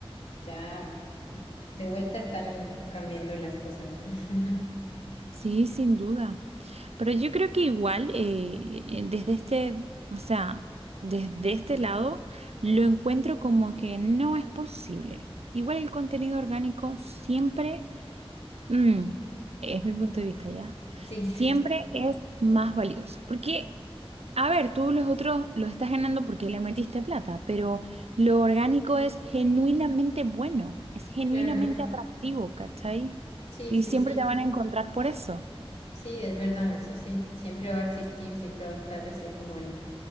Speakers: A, on the left; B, on the right.
A: ya mm, de vuelta están cambiando las cosas. <laughs>
B: Sí, sin duda. Pero yo creo que igual, eh, eh, desde este, o sea, desde este lado, lo encuentro como que no es posible. Igual el contenido orgánico siempre Mm, es mi punto de vista ya.
A: Sí,
B: Siempre es más valioso. Porque, a ver, tú los otros los estás ganando porque le metiste plata, pero lo orgánico es genuinamente bueno, es genuinamente
A: claro.
B: atractivo, ¿cachai?
A: Sí,
B: Y
A: sí,
B: siempre
A: sí.
B: te van a encontrar por eso.
A: Sí, es verdad, eso sí. Siempre va a existir, siempre va a estar ese como el,